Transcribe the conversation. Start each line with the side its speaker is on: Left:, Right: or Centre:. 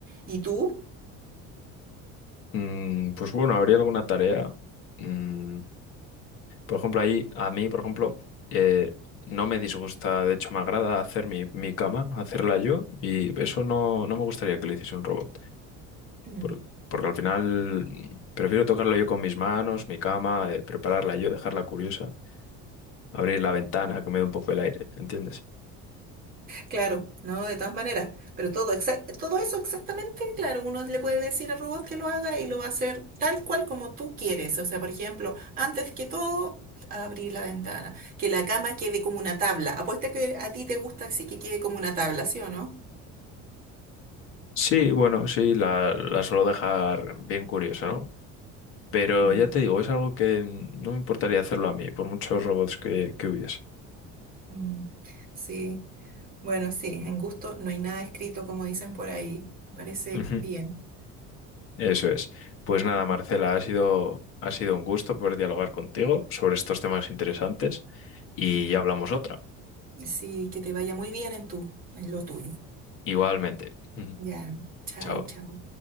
Right: ¿Y tú?
Left: Mm, pues bueno, habría alguna tarea. Mm, por ejemplo, ahí, a mí, por ejemplo, eh, no me disgusta, de hecho, me agrada hacer mi, mi cama, hacerla yo, y eso no, no me gustaría que lo hiciese un robot.
Right: <clears throat>
Left: por- porque al final mm, prefiero tocarla yo con mis manos, mi cama, eh, prepararla yo, dejarla curiosa. abrir la ventana, que me dé un poco el aire, ¿entiendes?
Right: Claro, no, de todas maneras, pero todo, exac- todo eso exactamente, claro, uno le puede decir al robot que lo haga y lo va a hacer tal cual como tú quieres. O sea, por ejemplo, antes que todo, abrir la ventana, que la cama quede como una tabla. Apuesta que a ti te gusta así que quede como una tabla, ¿sí o no?
Left: Sí, bueno, sí, la, la suelo dejar bien curiosa, ¿no? Pero
Right: Mm,
Left: ya te digo, es algo que mm, no me importaría hacerlo a mí, por muchos robots que, que hubiese.
Right: mm, sí, bueno, sí, en gusto no hay nada escrito como dicen por ahí. Me parece
Left: Ujú,
Right: bien.
Left: Eso es. Pues nada,
Right: Mm,
Left: Marcela, ha sido, ha sido un gusto poder dialogar contigo sobre estos temas interesantes y
Right: ujú.
Left: ya hablamos otra.
Right: Sí, que te vaya muy bien en tu, en lo tuyo.
Left: Igualmente. Ujú,
Right: Ya, chao,
Left: Chao.
Right: chao.